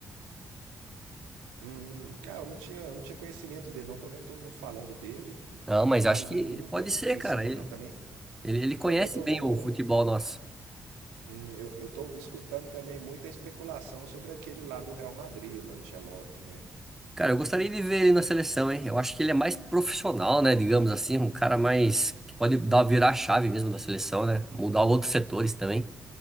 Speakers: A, on the right (about 85°); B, in the centre.
A: Hum, ah, eu não tinha, eu não tinha conhecimento dele, não. Tô vendo todo mundo falando dele,
B: Não, mas
A: mas
B: acho que
A: não, não
B: pode
A: tô muito
B: ser,
A: conhecimento,
B: cara. Ele,
A: não. Também,
B: ele, ele conhece
A: também tô
B: bem
A: vendo,
B: o futebol nosso.
A: hum, eu, eu tô escutando também muita especulação sobre aquele lá do Real Madrid, o Ancelotti, né?
B: Cara, eu gostaria de ver ele na seleção, hein? Eu acho que ele é mais profissional, né? Digamos assim, um cara mais que pode dar virar a chave mesmo da seleção, né? Mudar outros setores também.